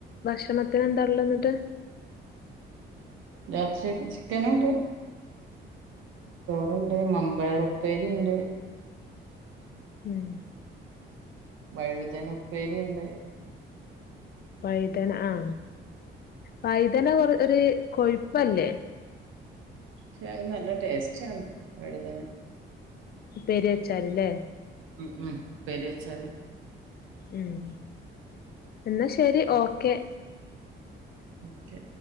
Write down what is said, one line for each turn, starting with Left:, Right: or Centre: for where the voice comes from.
Left: ഭക്ഷണത്തിന് ന്താ ള്ളെ ന്നട്ട്
Right: രാത്രികക്ക് ചിക്കന്ണ്ട് ചോറ്ണ്ട് മമ്പയറുപ്പേരി ണ്ട്
Left: ഉം
Right: വഴുതന പ്പേരി ഉണ്ട്
Left: വൈതന ആ വൈതന കൊറ ഒര് കൊയുപ്പല്ലേ
Right: പക്ഷെ അ നല്ല ടേസ്റ്റാണ് വഴുതന
Left: പ്പേര്യച്ചാൽലേ
Right: ഉം ഉം പ്പേര്യച്ചാല്
Left: ഉം എന്നാ ശരി ഓക്കെ
Right: ഓക്കെ